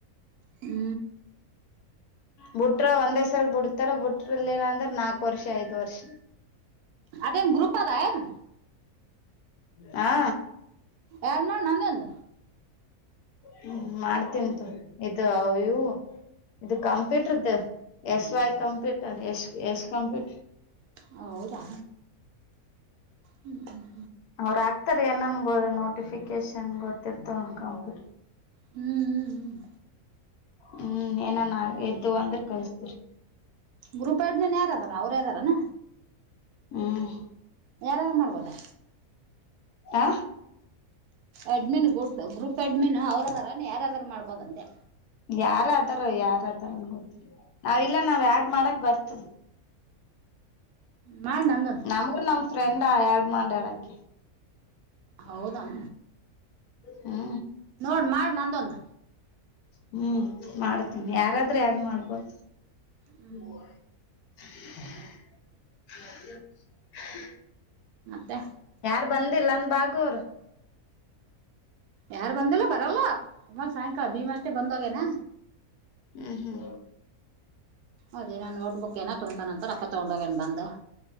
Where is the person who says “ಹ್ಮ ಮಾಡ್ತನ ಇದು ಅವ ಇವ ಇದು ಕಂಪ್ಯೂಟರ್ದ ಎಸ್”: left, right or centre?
Left